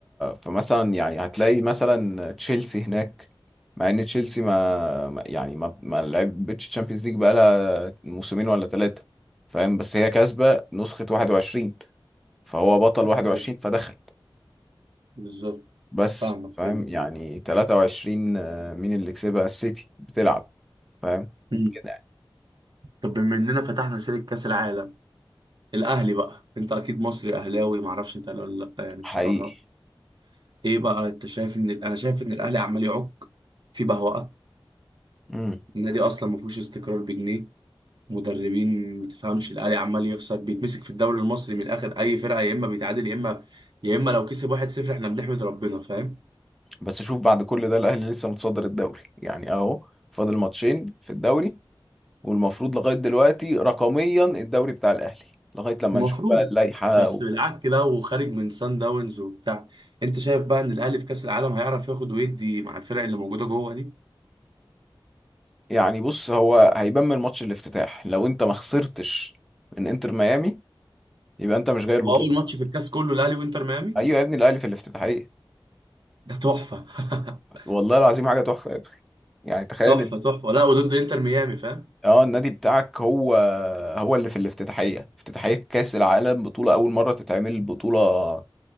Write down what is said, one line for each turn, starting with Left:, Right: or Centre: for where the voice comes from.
Centre: فمثلا يعني هتلاقي مثلا تشيلسي هناك مع ان تشيلسي ما ما- يعني ما ما لعبتش تشامبيونز ليج بقالها موسمين ولا ثلاثة فاهم بس هي كاسبة نسخة 21 فهو بطل
Right: بالظبط
Centre: 21 فدخل
Right: بالظبط
Centre: بس
Right: فاهمك
Centre: فاهم
Right: فهمت
Centre: يعني 23 آه، مين اللي كسبها السيتي بتلعب فاهم
Right: مم.
Centre: كده
Right: طب بما اننا فتحنا سيره كاس العالم الاهلي بقى انت اكيد مصري اهلاوي ما اعرفش انت اهلاوي ولا لا يعني
Centre: حقيقي
Right: بصراحه ايه بقى انت شايف ان ال- انا شايف ان الاهلي عمال يعك في بهوأة
Centre: امم
Right: النادي اصلا ما فيهوش استقرار بجنيه مدربين ما تفهمش الاهلي عمال يخسر بيتمسك في الدوري المصري من الاخر اي فرقه يا اما بيتعادل يا اما يا اما لو كسب 1-0 احنا بنحمد ربنا فاهم
Centre: بس شوف بعد كل ده الاهلي لسه متصدر الدوري يعني اهو فاضل ماتشين في الدوري والمفروض لغاية دلوقتي رقميا الدوري بتاع الأهلي لغاية لما
Right: المفروض
Centre: نشوف بقى اللائحة
Right: بس
Centre: و...
Right: بالعك كده وخارج من سان داونز وبتاع انت شايف بقى ان الاهلي في كاس العالم هيعرف ياخد ويدي مع الفرق اللي موجوده جوه دي
Centre: يعني بص هو هيبان من ماتش الافتتاح لو انت ما خسرتش من انتر ميامي يبقى انت مش جاي البطولة
Right: واول
Centre: من
Right: ماتش
Centre: أصلا.
Right: في الكاس كله الاهلي وانتر ميامي
Centre: ايوه يا ابني الأهلي في الافتتاحية
Right: ده تحفه <laughs>
Centre: والله العظيم حاجة تحفة يا ابني يعني تخيل
Right: تحفه
Centre: ان
Right: تحفه لا وضد انتر ميامي فاهم
Centre: اه النادي بتاعك هو هو اللي في الافتتاحية افتتاحية كأس العالم بطولة أول مرة تتعمل بطولة